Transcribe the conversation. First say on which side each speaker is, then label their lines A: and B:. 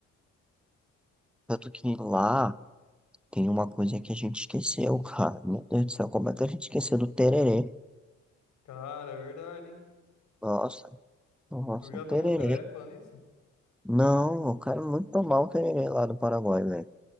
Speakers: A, in the centre; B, on the left (about 70°).
A: Tanto que lá tem uma coisa que a gente esqueceu, cara. Meu Deus do céu, como é que a gente esqueceu do tererê?
B: Cara, é verdade, hein?
A: Nossa, nossa,
B: Tu já tomou
A: tererê.
B: tereré falando isso?
A: Não, eu quero muito tomar o tererê lá do Paraguai, velho.